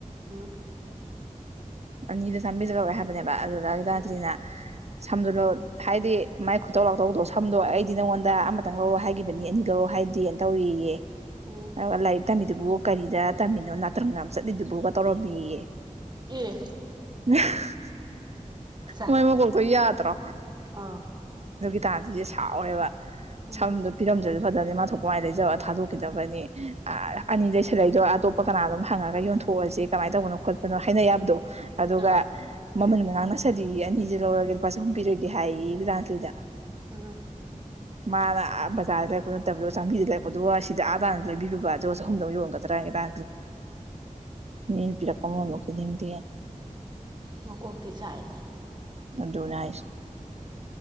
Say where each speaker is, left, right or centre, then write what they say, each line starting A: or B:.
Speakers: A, on the right (about 30°); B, on the right (about 55°).
A: ꯎꯝ
B: ꯑꯅꯤꯗ ꯆꯝꯕ꯭ꯔꯤꯗ ꯂꯧꯔꯛꯑꯦ ꯍ ꯑꯗꯨꯗ ꯒꯤꯇꯥꯟꯖꯂꯤꯅ
A: ꯎꯝ
B: ꯁꯝꯗꯣ ꯂꯧ ꯍꯥꯏꯗꯤ ꯃꯥꯏ ꯈꯨꯠꯇꯧ ꯂꯥꯎꯇꯧꯗꯣ ꯁꯝꯗꯣ ꯑꯩꯗꯤ ꯅꯪꯉꯣꯟꯗ ꯈꯤꯇꯪ ꯂꯧꯔꯛꯑꯣ ꯍꯥꯏꯒꯤꯕꯅꯤ ꯑꯅꯤ ꯂꯧꯔꯛꯑꯣ ꯍꯥꯏꯗꯦꯅ ꯇꯧꯔꯦꯌꯦ
A: ꯎꯝ
B: ꯑꯗꯨꯒ ꯂꯥꯏꯔꯤꯛ ꯇꯝꯃꯤꯗꯨꯕꯨ ꯀꯔꯤꯗ ꯇꯝꯃꯤꯅꯣ ꯅꯥꯇ꯭ꯔꯪ ꯌꯥꯝ ꯆꯠꯂꯤꯗꯨꯕꯨꯒ ꯇꯧꯔꯝꯃꯦꯌꯦ
A: ꯑꯦ
B: <unintelligible>
A: ꯆꯥꯏ
B: ꯃꯣꯏ ꯃꯀꯣꯛꯇꯣ ꯌꯥꯗ꯭ꯔꯣ
A: ꯑꯥ
B: ꯒꯤꯇꯥꯥꯟꯖꯂꯤ ꯁꯥꯎꯔꯦꯕ
A: ꯎꯝ
B: ꯁꯝꯗꯣ ꯄꯤꯔꯝꯗ꯭ꯔ ꯐꯖꯗꯤ ꯃꯥꯊꯣꯛ ꯃꯥꯢ ꯂꯩꯖꯧꯅ ꯊꯥꯗꯣꯛꯈꯤꯗꯕꯅꯤ ꯑ ꯑꯅꯤ ꯂꯩꯁꯜꯂꯛꯏꯗꯣ ꯑꯇꯣꯞꯄ ꯀꯅꯥ ꯅꯣꯝ ꯍꯪꯉꯒ ꯌꯣꯟ ꯄꯨꯔꯁꯦ ꯀꯃꯥꯏ ꯇꯧꯕꯅꯣ ꯈꯣꯠꯅꯣ ꯍꯥꯏꯅ ꯌꯥꯕꯗꯣ ꯑꯗꯨꯒ
A: ꯑꯥ
B: ꯃꯃꯟꯒ ꯉꯥꯡꯅꯁꯜꯂꯦꯌꯦ ꯑꯅꯤꯁꯦ ꯂꯧꯔꯒꯦ ꯂꯨꯄꯥ ꯆꯍꯨꯝ ꯄꯤꯔꯒꯦ ꯍꯩꯕꯖꯥꯠ ꯆꯨꯖ
A: ꯎꯝ
B: ꯃꯥꯅ ꯑꯥ ꯕꯖꯥꯔꯗ ꯑꯩꯈꯣꯏ ꯅꯠꯇꯕꯤꯗ ꯆꯥꯃꯤꯗ ꯂꯩꯔꯛꯄꯗꯨꯕꯨ ꯁꯤꯗ ꯑꯥꯗꯥꯅ ꯂꯩꯕꯤꯔꯨꯕ ꯑꯗꯣ ꯆꯍꯨꯝꯗ ꯌꯣꯟꯒꯗ꯭ꯔꯥꯒ <unintelligible> ꯃꯤ ꯄꯤꯔꯛꯄ ꯃꯃꯟꯕꯧ ꯄꯤꯅꯤꯡꯗꯦ
A: ꯃꯀꯣꯛꯇꯤ ꯆꯥꯛꯏꯅꯦ
B: ꯃꯗꯨꯅꯦ ꯍꯥꯏꯁꯦ